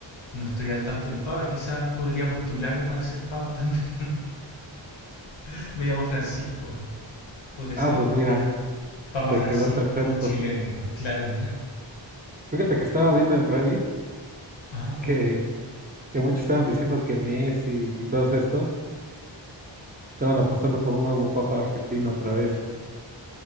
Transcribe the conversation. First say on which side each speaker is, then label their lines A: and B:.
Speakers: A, on the left (about 85°); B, on the right (about 20°).
A: no estoy al tanto del papa. Quizás podría postularme para ser papa también. <laughs> Me llamo Francisco. Podría
B: Ah,
A: ser
B: pues
A: el
B: mira,
A: papa
B: te
A: Francisco
B: quedó perfecto.
A: chileno, <laughs> claro.
B: Fíjate que estaba viendo en Reddit
A: Ajá.
B: que, que muchos estaban diciendo que Messi y todos estos estaban apostando por un nuevo papa argentino otra vez,